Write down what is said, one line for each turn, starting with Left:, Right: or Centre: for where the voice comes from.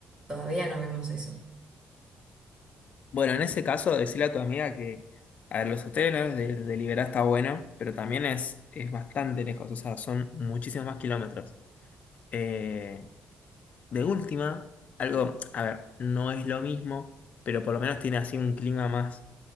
Right: todavía no vimos eso.
Left: Bueno, en ese caso, decirle a tu amiga que, a ver, los hoteles ¿no? de, de Liberá está bueno, pero también es, es bastante lejos, o sea, son muchísimos más kilómetros. Eh, de última, algo, a ver, no es lo mismo, pero por lo menos tiene así un clima más